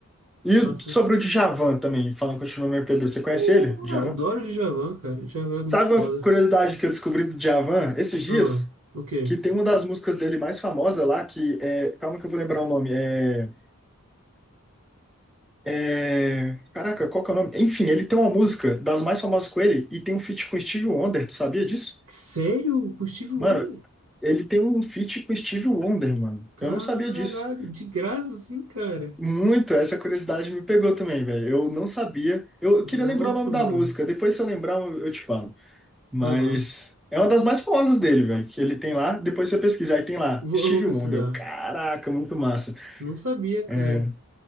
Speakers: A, in the centre; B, on the right.
A: E o-
B: Nossa.
A: sobre o Djavan também, falando continuando no MPB, você conhece
B: Pô,
A: ele, Djavan?
B: eu adoro o Djavan, cara. o Djavan é
A: Sabe
B: muito foda.
A: uma curiosidade que eu descobri do Djavan esses dias?
B: Ah, o quê?
A: Que tem uma das músicas dele mais famosa lá, que é. Calma que eu vou lembrar o nome. É. É. Caraca, qual que é o nome? Enfim, ele tem uma música das mais famosas com ele e tem um feat com Steve Wonder, tu sabia disso?
B: Sério? O Steve Wonder?
A: Mano, ele tem um feat com Steve Wonder, mano.
B: Caralho,
A: Eu não sabia disso.
B: de graça assim, cara.
A: Muito, essa curiosidade me pegou também, velho. Eu não sabia. Eu
B: Nossa,
A: queria lembrar o nome
B: mano.
A: da música. Depois, se eu lembrar, eu eu te falo. Mas
B: Aham.
A: é uma das mais famosas dele, velho. Que ele tem lá. Depois você pesquisar Aí tem lá,
B: Vou-
A: Steve
B: eu vou pesquisar.
A: Wonder. Eu, Caraca, muito massa.
B: Não sabia,
A: É,
B: cara.